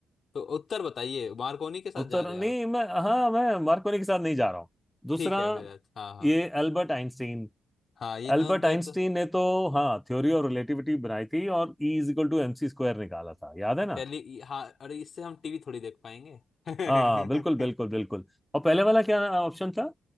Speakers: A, on the left; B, in the centre.
A: तो उत्तर बताइए मार्कोनी के साथ
B: उत्तर
A: जा रहे
B: नहीं
A: हैं आप
B: मैं हाँ मैं मार्कोनी के साथ नहीं जा रहा हूँ दूसरा
A: ठीक है फिर अच्छा, हाँ हाँ
B: ये अल्बर्ट आइंस्टीन
A: हाँ ये
B: अल्बर्ट
A: ना तो,
B: आइंस्टीन
A: तो
B: ने तो हाँ थ्योरी ऑफ रिलेटिविटी बनाई थी और E is equal to M C square निकाला था याद है ना
A: टेली हाँ अरे इससे हम टीवी थोड़ी देख पाएंगे <laughs>
B: हाँ बिल्कुल बिल्कुल बिल्कुल और पहले वाला क्या ऑप्शन था